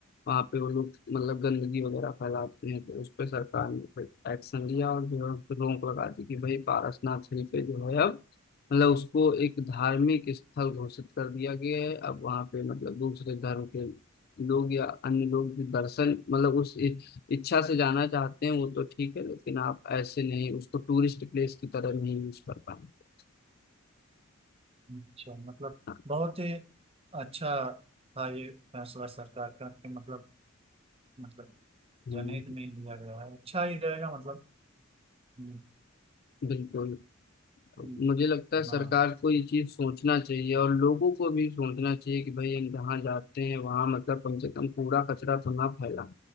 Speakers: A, on the left (about 45°); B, on the right (about 30°).
A: वहाँ पे वो लोग मतलब गंदगी वगैरह फैलाते हैं तो उस पर सरकार ने फिर एक्शन लिया और जो है उस पर रोक लगा दी कि भाई पारसनाथ हिल पे जो है अब मतलब उसको एक धार्मिक स्थल घोषित कर दिया गया है अब वहां पे मतलब दूसरे धर्म के लोग या अन्य लोग भी दर्शन मतलब उस इ- इच्छा से जाना चाहते हैं वो तो ठीक है लेकिन आप ऐसे नहीं उसको टूरिस्ट प्लेस की तरह नहीं यूज कर पाए
B: अच्छा मतलब
A: हाँ,
B: बहुत ही अच्छा था ये फैसला सरकार का कि मतलब मतलब
A: हम्म,
B: जनहित में ही लिया गया है अच्छा ही रहेगा मतलब हम्म,
A: बिल्कुल
B: हम्म,
A: मुझे लगता है सरकार
B: हाँ
A: को ये चीज सोचना चाहिए और लोगों को भी सोचना चाहिए कि भाई हम जहाँ जाते हैं वहाँ मतलब कम से कम कूड़ा कचरा तो ना फैलाएं